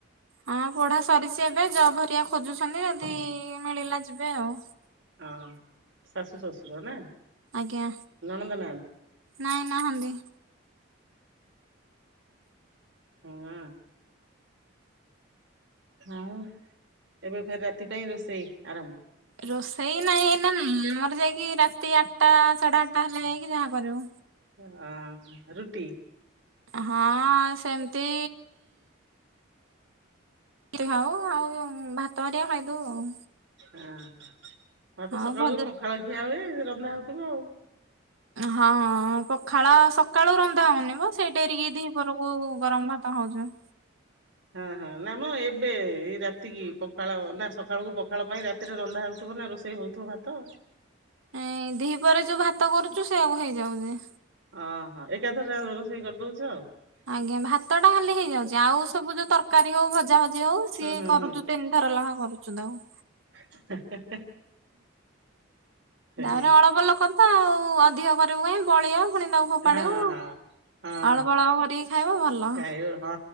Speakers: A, on the right; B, on the right.
A: ହଁ ପଢା ସରିଛି ଏବେ ଜବ ହରିଆ ଖୋଜୁଛନ୍ତି ଯଦି ମିଳିଲା ଯିବେ ଆଉ।
B: ଉଁ ହୁଁ ଶାଶୁ ଶ୍ୱଶୁର ନା?
A: ଆଜ୍ଞା
B: ନଣନ୍ଦ ନାହାନ୍ତି?
A: ନାଇଁ ନାହାନ୍ତି।
B: ହୁଁ ଆଉ ଏବେ ଫେରେ ରାତି ପାଇଁ ରୋଷେଇ ଆରମ୍ଭ
A: ରୋଷେଇ ନାହିଁ ଏଇନା ଉଁ ମୋର ଯାଇକି ରାତି ଆଟ୍ ଟା ସାଢେ ଆଡେ ଆଟ୍ଟା ହେଲେ ଯାଇକି ଯାହା କରିବୁ।
B: ଉଁ ହୁଁ ରୁଟି।
A: ହଁ ସେମତି ଖାଉ ଆଉ ଭାତ ହରିଆ ଖାଇ ଦଉ ଆଉ।
B: ଉଁ ହୁଁ ଭାତ
A: ଆଉ
B: ସକାଳୁ
A: ଭଜା
B: ବି ପଖାଳ ଖିଆ ହୁଏ ରନ୍ଧା ହଉଥିବ ଆଉ।
A: ହଁ ପଖାଳ ସକାଳୁ ରନ୍ଧା ହୋଉନି। ସେଇ ଡେରିକି ଦି ପହରକୁ ଗରମ ଭାତ ହଉଛୁ।
B: ହଁ ହଁ ନା ମ ଏବେ ଏଇ ରାତି କିି ପଖାଳ ନା ସକାଳକୁ ପଖାଳ ପାଇଁ ରାତି ରେ ରନ୍ଧା ହୋଉଥିବ ନା ରୋଷେଇ ହୋଉଥିବ ଭାତ।
A: ଏଁ ଦିହି ପରେ ଯୋଉ ଭାତ କରୁଚୁ ସେଇଆକୁ ହେଇଯାଉଚି।
B: ଓ ହୋ ଏକାଥରେ ରୋଷେଇ କରିଦଉଛ ଆଉ?
A: ଆଜ୍ଞା ଭାତ ଟା ହାଲି ହେଇଯାଉଚି ‌। ଆଉ ସବୁ ଯୋଉ ତରକାରୀ ହଉ ଭଜା ଭଜି ହଉ ସିଏ
B: ହୁଁ ହୁଁ
A: କରୁଚୁ
B: ହୁଁ
A: ତିନି ଥର ଲେହାଁ କରୁଚୁ ତାକୁ।
B: ହେଁ ହେଁ
A: ତାପରେ
B: ସେଇ
A: ଅଳପ ଲୋକ ତ ଆଉ ଅଧିକ କରିବୁ କାଇଁ ବଳିବ। ପୁଣି ତାକୁ ଫୋପାଡିବ
B: ହଁ ହଁ ହଁ
A: ଅଳପ ଅଳପ କରିକି ଖାଇବ ଭଲ।
B: ଏ ହଁ